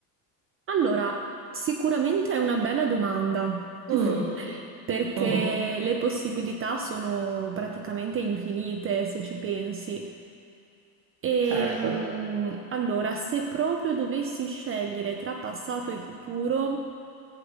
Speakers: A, on the right; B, on the right.
A: Allora, sicuramente è una bella domanda, <laughs>
B: Mm,
A: perché
B: <laughs> mhm,
A: le possibilità sono praticamente infinite se ci pensi. E,
B: Certo.
A: mm, allora, se proprio dovessi scegliere tra passato e futuro,